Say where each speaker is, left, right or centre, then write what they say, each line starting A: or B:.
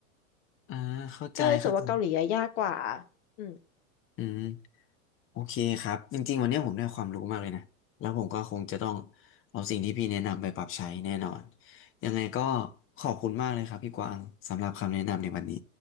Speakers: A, on the left; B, on the left.
A: อ่าอ่าเข้าใจเข้าใจ
B: ก็เลยรู้สึกว่าเกาหลีอะยากกว่าอืม
A: อืมโอเคครับจริงๆวันนี้ผมได้ความรู้มากเลยนะแล้วผมก็คงจะต้องเอาสิ่งที่พี่แนะนำไปปรับใช้แน่นอนยังไงก็ขอบคุณมากเลยครับพี่กวางสำหรับคำแนะนำในวันนี้